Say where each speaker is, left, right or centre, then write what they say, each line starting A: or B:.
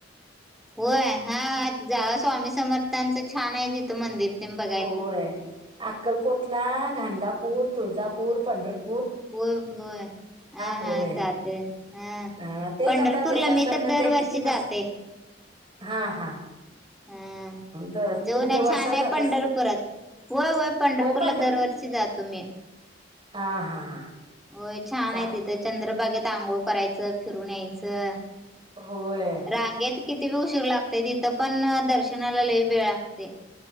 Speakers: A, in the centre; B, on the right.
A: होय हा हा जा स्वामी समर्थांच छान आहे तिथ मंदिर तेन बघ
B: होय अक्कलकोटला घानगापुर, तुळजापुर, पंढरपुर
A: होय होय हा
B: होय
A: हा चालतय हा
B: हा तेच
A: पंढरपुरला
B: आता त्याच्या
A: मी
B: संग
A: तर दरवर्षी
B: ते किती बस
A: जाते.
B: हा हा
A: हा.
B: दर अ
A: जाऊन
B: तुम्ही
A: या
B: दर वर्षाला
A: छान आहे
B: जात
A: पंढरपुरात होय होय पंढरपुरला
B: पंढर
A: दरवर्षी जातो मी.
B: हा हा हा
A: होय छान
B: चाल
A: आहे तिथं चंद्रभागेत आंघोळ करायचं फिरून यायचं
B: होय
A: रांगेत कितीक उशीर लागते तिथं पण दर्शनाला लय वेळ लागतय.